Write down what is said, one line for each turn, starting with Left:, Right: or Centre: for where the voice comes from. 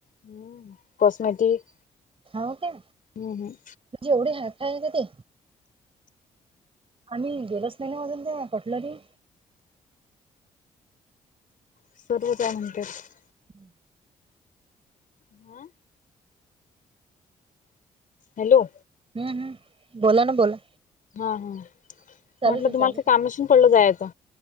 Left: हम् कॉस्मेटिक
Right: हो काय
Left: हम्म हम्म.
Right: म्हणजे एवढे हाका आहे का ते. आम्ही गेलोच नाही ना मजून ते कटलरी.
Left: सर्व हाय म्हणतात.
Right: हम्.
Left: हा. हॅलो.
Right: हम् हम् बोला ना बोला.
Left: हा हा
Right: चालूच
Left: म्हटलं
Right: आहे
Left: तुम्हाला
Right: चालूच
Left: काय
Right: आहे
Left: कामाशीून पडलं जायचं.